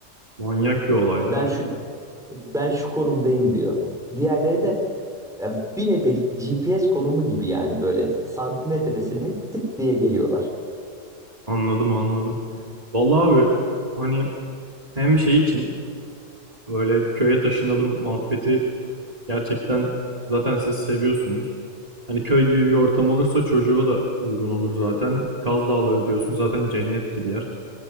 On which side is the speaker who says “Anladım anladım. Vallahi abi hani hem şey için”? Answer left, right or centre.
Right